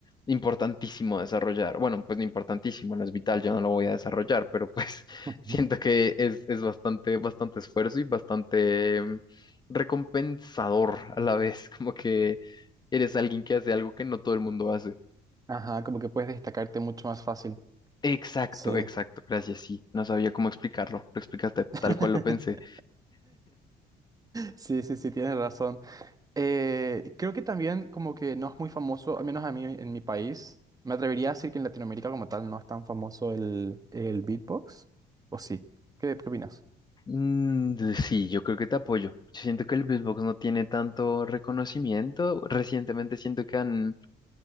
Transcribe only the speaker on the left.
importantísimo a desarrollar, bueno, pues no importantísimo, no es vital, yo no lo voy a desarrollar, pero pues <laughs>
siento
que es, es bastante, bastante esfuerzo y bastante recompensador a la vez, <laughs> como que eres alguien que hace algo que no todo el mundo hace.
Exacto,
exacto, gracias, sí, no sabía cómo explicarlo, lo explicaste
tal cual lo pensé.
Mm, de- sí, yo creo que te apoyo. Yo siento que el beatbox no tiene tanto reconocimiento, recientemente siento que han,